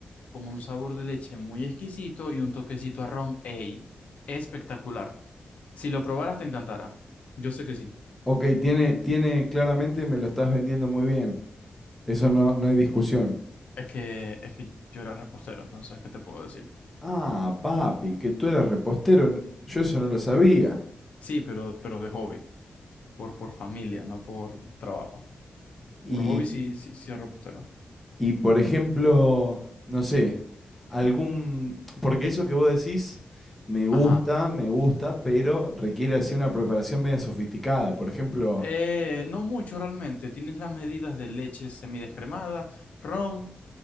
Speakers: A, on the left; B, in the centre.
A: con un sabor de leche muy exquisito y un toquecito a ron. ¡Ey! Espectacular. Si lo probaras, te encantará. Yo sé que sí.
B: Ok, tiene, tiene, claramente me lo estás vendiendo muy bien. Eso no, no hay discusión.
A: Es que, es que yo era repostero, entonces, ¿qué te puedo decir?
B: Ah, papi, que tú eras repostero. n- Yo eso no lo sabía.
A: Sí, pero, pero de hobby, por, por familia, no por trabajo.
B: Y
A: Por hobby sí, sí, sí, era repostero.
B: Y por ejemplo, no sé, algún, porque eso que vos decís me gusta,
A: Ajá.
B: me gusta, pero requiere así una preparación media sofisticada. Por ejemplo,
A: Eh, no mucho realmente. Tienes las medidas de leche semidescremada, ron.